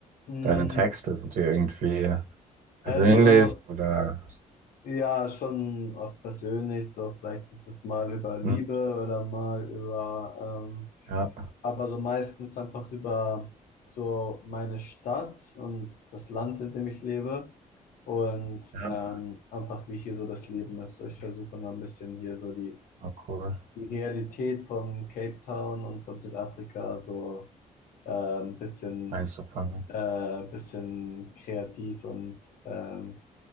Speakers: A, on the left; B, on the right.
A: Mm,
B: deine Texte? Sind die irgendwie persönlich
A: Also,
B: oder?
A: ja, schon oft persönlich, so vielleicht ist es mal über Liebe
B: Hm,
A: oder mal über, ähm,
B: ja,
A: aber so meistens einfach über so meine Stadt und das Land, in dem ich lebe und
B: ja,
A: ähm, einfach wie hier so das Leben ist. So, ich versuche mal ein bisschen hier so die,
B: oh, cool.
A: die Realität von Cape Town und von Südafrika so äh, ein bisschen,
B: Einzufangen.
A: äh, bisschen kreativ und ähm,